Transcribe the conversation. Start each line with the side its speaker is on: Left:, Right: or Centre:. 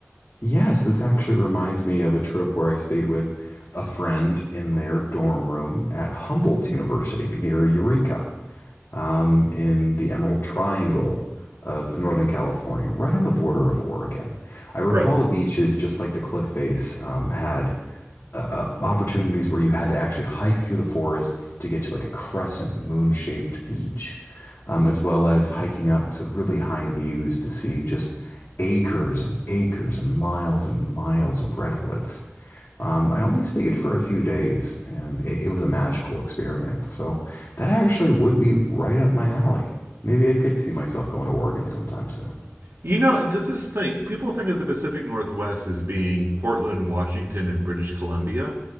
Left: Yes, this actually reminds me of a trip where I stayed with a friend in their dorm room at Humboldt University near Eureka. um, in the Emerald Triangle of Northern California, right on the border of Oregon. I recall
Right: Right.
Left: the beaches, just like the cliff face, um, had uh, uh, opportunities where you had to actually hike through the forest to get to like a crescent moon shaped beach, um, as well as hiking up to really high views to see just acres and acres and miles and miles of redwoods. Um, I only stayed for a few days and it, it was a magical experience. So that actually would be right up my alley. Maybe I could see myself going to Oregon sometime soon.
Right: You know, this is the thing. People think of the Pacific Northwest as being Portland, Washington, and British Columbia.